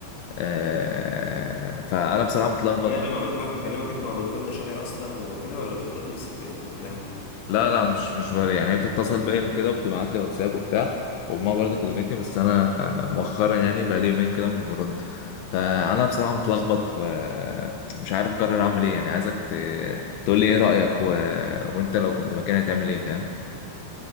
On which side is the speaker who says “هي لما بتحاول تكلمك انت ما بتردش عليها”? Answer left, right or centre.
Left